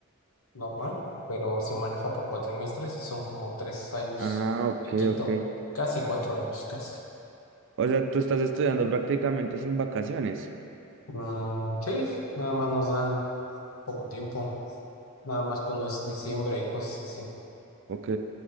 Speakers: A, on the left; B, on the right.
A: normal, pero se maneja por cuatrimestres y son como tres años
B: Ah, ok,
A: de quito,
B: ok.
A: casi cuatro años, casi.
B: O sea, tú estás estudiando prácticamente sin vacaciones.
A: Mm, sí, nada más nos dan poco tiempo, nada más cuando es diciembre y cosas así.
B: Ok.